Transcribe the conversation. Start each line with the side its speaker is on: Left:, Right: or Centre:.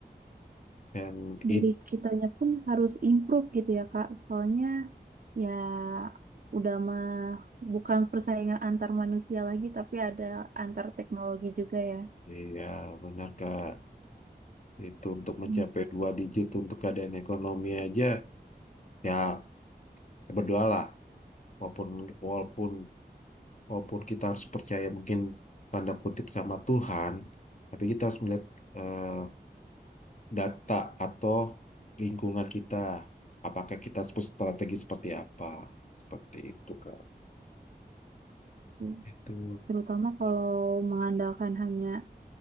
Left: dan itu
Right: dari kitanya pun harus improve gitu ya Kak. Soalnya ya udah mah bukan persaingan antar manusia lagi tapi ada antar teknologi juga ya.
Left: iya benar kak itu untuk mencapai
Right: Hmm,
Left: dua digit untuk keadaan ekonomi aja ya berdoalah walaupun walaupun walaupun kita harus percaya mungkin tanda kutip sama Tuhan tapi kita harus melihat eh, data atau lingkungan kita. Apakah kita harus berstrategi seperti apa? Seperti itu, Kak.
Right: sih.
Left: Itu.
Right: Terutama kalau mengandalkan hanya